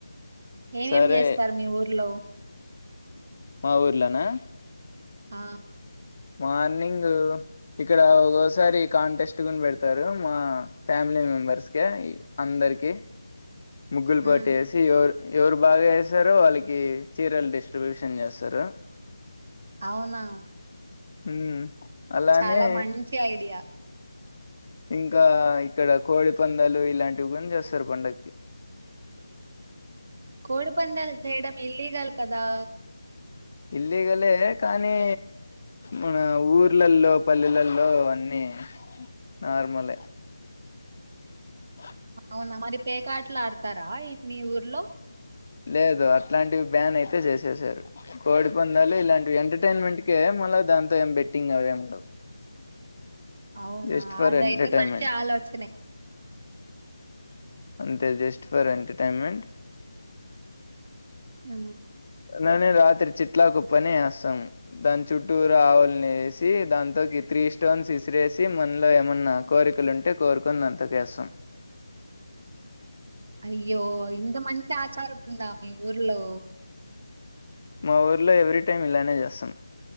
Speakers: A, on the right (about 40°); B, on the left (about 40°).
A: ఏమ్
B: సరే
A: ఏమ్ చేస్తారు మీ ఊర్లో
B: మా ఊర్లొనా
A: ఆ
B: మార్నింగ్ ఇక్కడ ఒకొసారి కాంటెస్ట్ గుని పెడతారు మా ఫ్యామిలీ మెంబర్స్ కి అందరికి ముగ్గులు
A: ఉమ్
B: పెట్టేసి ఎవరు బాగా వస్తారో వాళ్ళకి చీరలు డిస్ట్రిబ్యూషన్ చేస్తారు
A: అవునా
B: హ్మ్ అలానే
A: చాలా మంచి ఐడియా
B: ఇంకా ఇక్కడ కోడి పందాలు ఇలాంటివి కూనా చేస్తారు పండగకి
A: కోడి పందాలు చేయడం ఇల్లీగల్ కదా
B: ఇల్లీగలే కానీ మన ఊర్లల్లో పల్లెలల్లో అన్నీ నార్మలే ఆ
A: అవునా మరి పేకాటలు ఆడతారా ఈ మీ ఊర్లో
B: లేదు అట్లాంటివి బ్యాన్ అయితే చేసేసారు కోడి పందాలు ఇలాంటివి ఎంటర్టైన్మెంట్కే మళ్ళీ దాంతో ఏం బెట్టింగ్ అవేమ్ ఉండవు
A: అవునా
B: జస్ట్ ఫర్
A: అదైతే
B: ఎంటర్టైన్మెంట్
A: మంచి ఆలోచనే
B: అంతే జస్ట్ ఫర్ ఎంటర్టైన్మెంట్
A: అ
B: నేనే రాత్రి చిట్లాకు ఉప్పని వేస్తాం దాని చుట్టూర ఆవుల్ని వేసి దాంతోకి త్రీ స్టోన్స్ విసిరేసి మనలో ఏమన్నా కోరికలు ఉంటే కోరుకొని దాంతోకి వేస్తాం
A: అయ్యో ఇంద మంచి ఆచారం ఉందా మీ ఊర్లో
B: మా ఊర్లో ఎవ్రీ టైం ఇలానే చేస్తాం